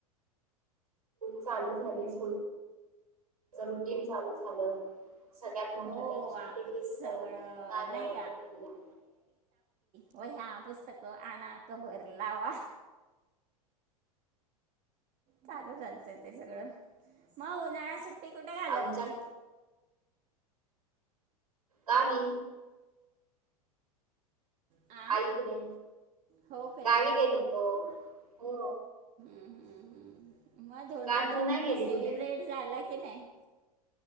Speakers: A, on the right; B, on the right.
A: चालू झाली स्कूल <inaudible> चालू. जिम चालू झालं. सगळ्यात मोठं
B: हो
A: टेनशन
B: आ-
A: टिफिनचं
B: सगळं
A: कायद्याव
B: नाही
A: टिफिनला?
B: व ह्या, पुस्तकं आना क वर लावा. चालू चालतं ते सगळं, मग उन्हाळ्यासाठी ती कुठे घालवली?
A: आमच्या गावी.
B: आ
A: आईकडे...
B: हो काय
A: गावी गेलो. हो. हो.
B: हम्.. हम्म.. हम्.. मग धोंड्याचा
A: का तू नाही
B: महिना
A: गेली कुठे?
B: सेलिब्रेट झाला की मी नाही.